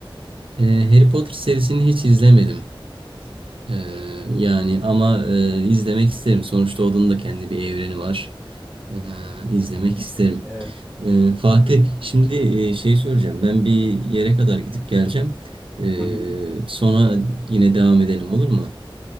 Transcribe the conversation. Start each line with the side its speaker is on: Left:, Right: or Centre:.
Right: Ee, Harry Potter serisini hiç izlemedim. Ee, yani ama e, izlemek isterim. Sonuçta onun da kendi bir evreni var. Ee, izlemek isterim.
Centre: Evet.
Right: Ee, Fatih, şimdi e, şey söyleyeceğim. Ben bir yere kadar gidip geleceğim. Ee,
Centre: Hı hı.
Right: sonra yine devam edelim olur mu?